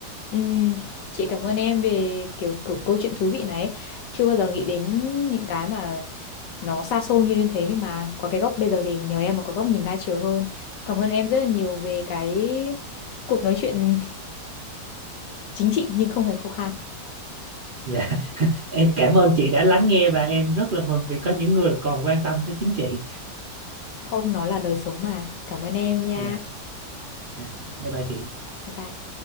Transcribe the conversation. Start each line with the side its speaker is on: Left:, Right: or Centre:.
Left: Ừ, chị cảm ơn em về kiểu, kiểu câu chuyện thú vị này. Chưa bao giờ nghĩ đến những cái mà nó xa xôi như thế nhưng mà có cái góc bây giờ thì nhờ em mà có góc nhìn đa chiều hơn. Cảm ơn em rất là nhiều về cái cuộc nói chuyện <laughs> chính trị nhưng không hề khô khan.
Right: Dạ. em cảm ơn chị đã lắng nghe và em rất là mừng vì có những người còn quan tâm tới chính trị.
Left: Không, nó là đời sống mà. Cảm ơn em nha.
Right: Dạ, dạ. Bye bye chị.
Left: Bye bye.